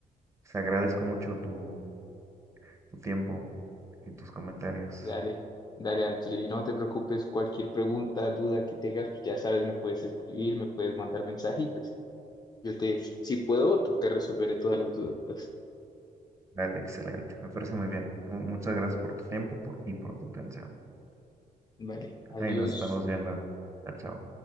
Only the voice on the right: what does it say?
Te agradezco mucho tu, tu tiempo y tus comentarios.
Vale, excelente. Me parece muy bien. Mu- Muchas gracias por tu tiempo por- y por tu atención.
Ahí
nos estamos viendo. Chao, chao.